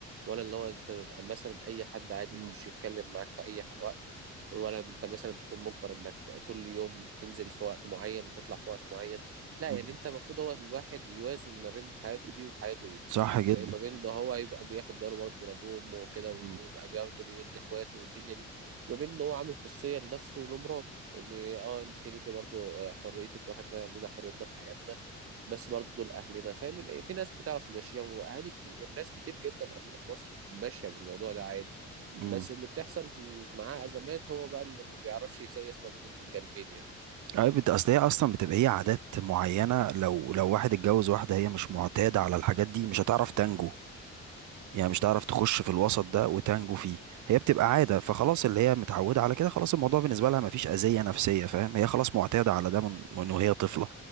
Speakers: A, on the right; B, on the right.
A: ولا اللي هو انت تبقى مثلا اي حد عادي
B: مم.
A: يخش يتكلم معاك في اي ح- وقت ولا انت مثلا تكون مجبر انك كل يوم تنزل في وقت معين وتطلع في وقت معين لا
B: مم.
A: يعني انت المفروض هو الواحد يوازن ما بين حياته دي وحياته دي
B: صح
A: م-
B: جدا
A: ما بين ان هو يبقى بياخد باله برضه من ابوه وامه وكده ويبقى
B: مم.
A: برضه بيود اخواته والدنيا دي ما بين ان هو عامل خصوصية لنفسه ولمراته ان اه انت ليكي برضه آه، حريتك واحنا لينا حريتنا في حياتنا بس برضه دول اهلنا فاهم إن في ناس بتعرف تمشيها واهالي كتير والناس كتير جدا عندنا في مصر ماشية بالموضوع ده عادي
B: مم.
A: بس اللي بتحصل معاه ازمات هو بقى اللي ما بيعرفش يسيس ما بين الجانبين يعني
B: أي بت... أصل هي أصلا بتبقى هي عادات معينة لو لو واحد اتجوز واحدة هي مش معتادة على الحاجات دي مش هتعرف تنجو يعني مش تعرف تخش في الوسط ده وتنجو فيه هي بتبقى عادة فخلاص اللي هي متعودة على كده خلاص الموضوع بالنسبة لها مفيش أذية نفسية فاهم هي خلاص معتادة على ده من من وهي طفلة